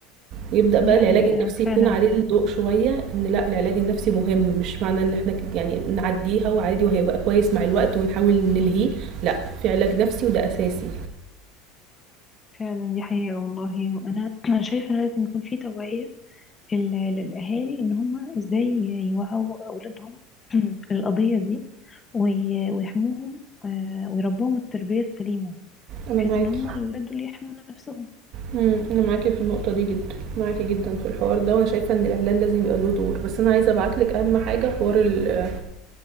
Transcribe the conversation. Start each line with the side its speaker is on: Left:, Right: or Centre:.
Right: ويبدأ بقى
Left: دي
Right: العلاج
Left: حقيقة
Right: النفسي يكون
Left: فعلا
Right: عليه الضوء شوية إن لأ العلاج النفسي مهم مش معنى إن إحنا ك- يعني نعديها وعادي وهيبقى كويس مع الوقت ونحاول نلهيه لأ في علاج نفسي وده أساسي
Left: فعلا دي حقيقة والله وأنا <clears throat> أنا شايفة إن لازم يكون في توعية لل- للأهالي إن هما إزاي يوعوا أولادهم <clears throat> القضية دي وي- ويحموهم آه، ويربوهم التربية السليمة
Right: انا
Left: بحيث
Right: معاكي
Left: ان هم الولاد دول يحموا نفسهم
Right: مم، انا معاكي في النقطه دي جدا معاكي جدا في الحوار ده وانا شايفه ان الاعلان لازم يبقى له دور بس انا عايزه ابعتلك اهم حاجه حوار ال